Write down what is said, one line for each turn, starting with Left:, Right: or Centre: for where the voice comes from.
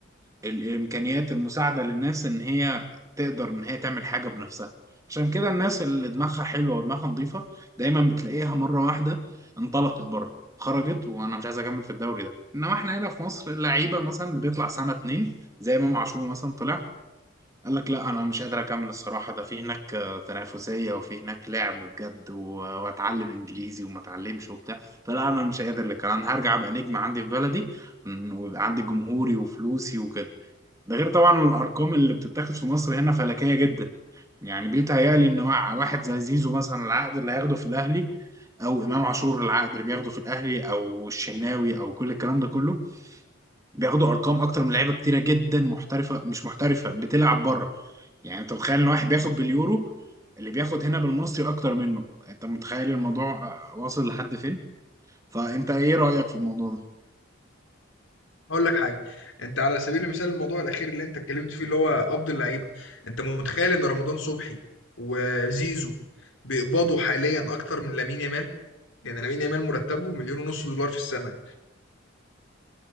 Right: الامكانيات المساعده للناس ان هي تقدر ان هي تعمل حاجه بنفسها عشان كده الناس اللي دماغها حلوه ودماغها نظيفه دايما بتلاقيها مره واحده انطلقت بره خرجت وانا مش عايز اكمل في الدوري ده انما احنا هنا في مصر اللعيبه مثلا اللي بيطلع سنه اتنين زي امام عاشور مثلا طلع قال لك لا انا مش قادر اكمل الصراحه ده في هناك آه، تنافسيه وفي هناك لعب بجد و- واتعلم انجليزي وما اتعلمش وبتاع فلا انا مش قادر لك انا هرجع ابقى نجم عندي في بلدي م، ويبقى عندي جمهوري وفلوسي وكده ده غير طبعا الارقام اللي بتتاخد في مصر هنا فلكيه جدا يعني بيتهيألي ان مع واحد زي زيزو مثلا العقد اللي هياخده في الاهلي او امام عاشور العقد اللي بياخده في الاهلي او الشناوي او كل الكلام ده كله بياخدوا ارقام اكتر من لعيبه كتيره جدا محترفه مش محترفه بتلعب بره يعني انت متخيل ان واحد بياخد باليورو اللي بياخد هنا بالمصري اكتر منه انت متخيل الموضوع واصل لحد فين فانت ايه رأيك في الموضوع ده
Left: هقول لك حاجه انت على سبيل المثال الموضوع الاخير اللي انت اتكلمت فيه اللي هو قبض اللعيبه انت متخيل ان رمضان صبحي وزيزو بيقبضوا حاليا اكتر من لامين يامال يعني لامين يامال مرتبه مليون ونص دولار في السنه